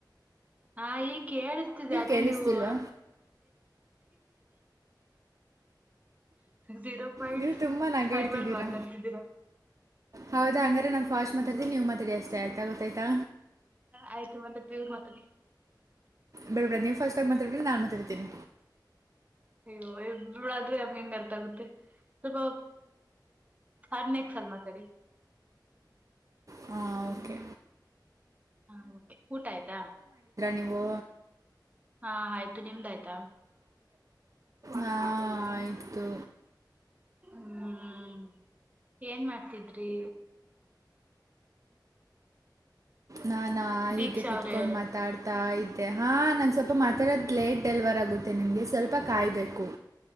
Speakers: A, on the right; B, on the right.
A: ಹಾ ಈಕ ಹೇಳ್ತಿದೆ ಅದ
B: ಕೇಳಿಸ್ತಿಲ್ವಾ
A: ನೀವು ಜೀರೋ ಪಾಯಿಂಟ್
B: ನೀವು ತುಂಬ ನಗಾಡ್ತಿದ್ದೀರಾ
A: ಫೈವ್ ಅಲ್ಲಿ ಮಾತಾಡ್ತಿದ್ದೀರಾ
B: ಹೌದಾ ಹಂಗ್ರೆ ನಾನ್ ಫಾಸ್ಟ್ ಮಾತಾಡ್ತೀ
A: ನೀವು
B: ನೀವ್ ಮಾತಾಡಿ ಅಷ್ಟೇ ಆಯ್ತಾ ಗೊತ್ತಾಯ್ತಾ
A: ಆಯ್ತು ಮತ್ತೆ ಪ ಮಾತಿ
B: ಬಿಬಿಡ ನೀವು್ ಫಸ್ಟ್ ಆಗಿ ಮಾತ್ತಾಬಿಲ್ಲ ನಾನು ಮಾತಾ ಇಡ್ತೀನಿ
A: ಅಯ್ಯೋ ಇಬಳಾದ್ರೆ ನಮ್ಗೆ ಹೆಂಗ್ ಅರ್ಥ ಆಗುತ್ತೆ ಸ್ವಲ್ಪ ಹರ್ನಕ್ ಸಲ್ ಮಾತಾಡಿ
B: ಹಾ ಕೆ
A: ಹಾ ಕೆ ಊಟ ಆಯ್ತಾ
B: ನೀವು
A: ಹಾ ಆಯ್ತು ನಿಮ್ದ ಆಯ್ತಾ
B: ಹಾ ಆಯ್ತು
A: ಹ್ಮ್ ಏನ್ ಮಾಡ್ತಿದ್ರಿ
B: ನಾನಾ ಹೀಗೆ
A: ದೀಕ್ಷಾ
B: ಕುೂತ್ಕೊಂಡು
A: ಅವ್ರೇ
B: ಮಾತಾಡ್ತಾ ಇದ ಮ ಹಾಂ ನಾನು ಸ್ವಲ್ಪ ಮಾತಾಡೋದು ಲೇಟ್ ಡೆಲವರ್ ಆಗುತ್ತೆ ನಿಮಗೆ ಸ್ವಲ್ಪ ಕಾಯಬೇಕು